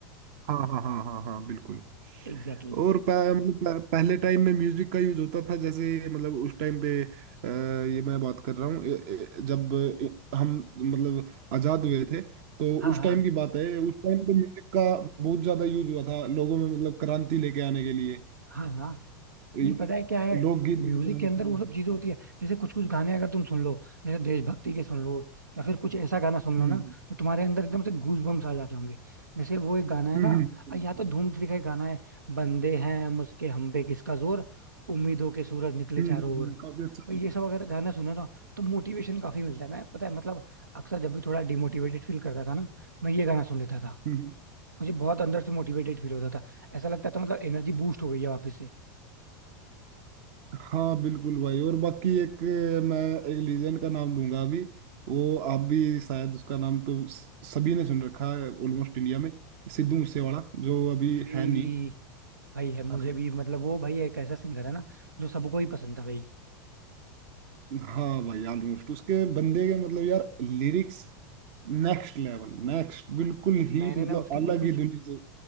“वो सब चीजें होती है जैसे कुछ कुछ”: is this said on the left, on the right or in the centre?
Right